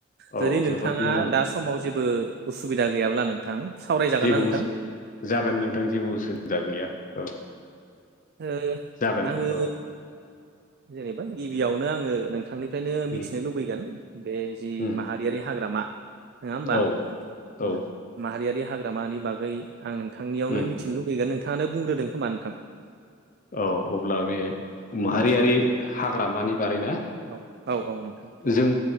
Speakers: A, on the left; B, on the right.
A: औ
B: जुदि
A: जोबोद
B: नोंथाङा
A: मोजां
B: दा समाव जेबो उसुबिदा गैयाब्ला नोंथां सावरायजागोन
A: जेबो
B: ना नोंथां
A: उसु जागोन नोंथां जेबो उसु जा गैया औ
B: ओ
A: जागोन
B: आङो
A: औ।
B: जेनेबा गिबियावनो आङो नोंथांनिफ्रायनो
A: उम
B: मिथिनो लुबैगोन। बे जि
A: उम
B: माहारियारि हाग्रामा नङा होमबा?
A: औ
B: ओ
A: औ
B: माहारियारि हाग्रामानि बागै आं नोंथांनियावनो
A: उम
B: मिथिनो लुगैगोन नोंथाङानो बुंग्रोदों खोमा नोंथां।
A: औ अब्ला बे माहारियारि हाग्रामानि बारै ना?
B: औ औ औ नोंथां
A: जों